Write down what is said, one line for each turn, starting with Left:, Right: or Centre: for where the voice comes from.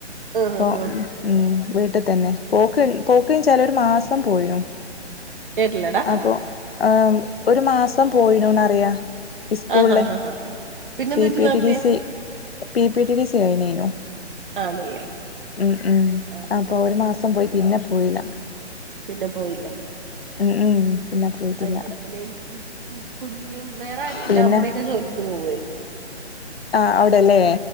Right: ആഹ്
Left: അപ്പ
Right: ആഹ് ആഹ്
Left: ഉ വീട്ടിൽ തന്നെ പോക്ക് പോക്ക ചാല ഒരു മാസം പോയിു
Right: കേട്ടില്ലടാ
Left: അപ്പൊ ആ ഒരു മാസം പോയിനുന്ന്റിയാം സ്കൂളില്
Right: ആഹ് ആഹ് ആഹ് ആഹ് പിന്നെ
Left: പി
Right: എന്ത് പറ്റി
Left: പിടി
Right: നേരത്തെ
Left: ഡി സി പി പിടി ഡി സി അനനോ
Right: ആണല്ലേ
Left: ഉ ഉം
Right: ആഹ്
Left: അപ്പൊ
Right: ആഹ് ആഹ്
Left: ഒരു
Right: ഓക്കെ
Left: മാസം
Right: ഓക്കെ
Left: പോയി പിന്നെ പോയില്ല
Right: പിന്നെ പോയില്ല
Left: ഉം ഉം പിന്നെ പോയിട്ടില്ല
Right: ആഹ് ഇവിടെ പിന്നെഎനിക്ക് ഈ കുഞ്ഞും വേറെ ആരും
Left: പിന്നെ
Right: ഇല്ല അമ്മയൊക്കെ ജോലിക്ക് പോവേ
Left: ആഹ് അവ്ടെല്ലേ